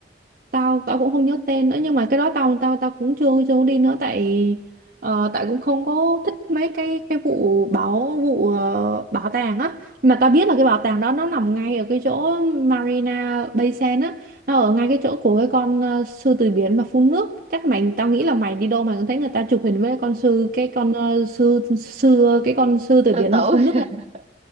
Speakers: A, on the right; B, on the right.
A: tao tao cũng không nhớ tên nữa nhưng mà cái đó tao tao tao cũng chưa chưa có đi nữa tại ờ, tại cũng không có thích mấy cái cái vụ bảo vụ ờ, bảo tàng á nhưng mà tao biết là cái bảo tàng đó nó nằm ngay ở cái chỗ Marina Bay Sands á nó ở ngay cái chỗ của cái con ờ, sư tử biển mà phun nước chắc mày tao nghĩ là mày đi đâu mày cũng thấy người ta chụp hình với con sư cái con ờ, sư sư cái con sư tử biển
B: sư tử
A: mà phun nước á.
B: <laughs>